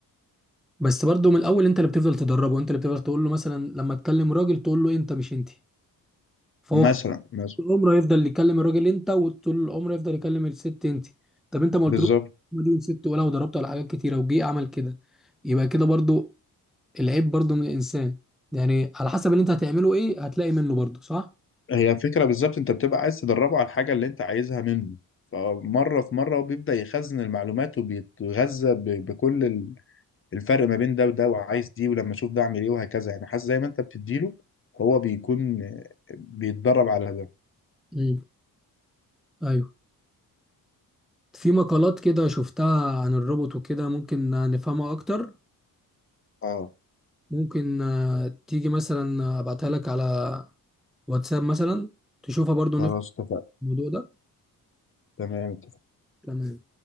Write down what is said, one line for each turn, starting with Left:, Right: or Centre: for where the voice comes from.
Centre: بس برضه من الاول انت اللي بتفضل تدربه انت اللي بتفضل تقول له مثلا لما تكلم راجل تقول له انت مش انت فهو
Left: مثلا مثلا
Centre: العمر هيفضل يكلم الراجل انت وطول العمر يفضل يكلم الست انت طب انت ما قلتلوش
Left: بالظبط
Centre: ما دي ست ولا وضربته على حاجات كتيره وجي عمل كده يبقى كده برضو العيب برضو من الانسان يعني على حسب اللي انت هتعمله ايه هتلاقي منه برضو صح
Left: هي الفكرة بالظبط انت بتبقى عايز تدربه على الحاجة اللي انت عايزها منه فمرة في مرة وبيبدأ يخزن المعلومات وبيتغذى ب- بكل ال- الفرق ما بين ده وده وعايز دي ولما اشوف ده اعمل ايه وهكذا يعني حاسس زي ما انت بتديله هو بيكون بيتدرب على ده
Centre: امم ايوه في مقالات كده شفتها عن الروبوت وكده ممكن نفهمها اكتر
Left: اه
Centre: ممكن آه، تيجي مثلا ابعتها لك على واتساب مثلا تشوفها برضو
Left: خلاص
Centre: نفهم
Left: اتفقنا
Centre: الموضوع ده
Left: تمام
Centre: تمام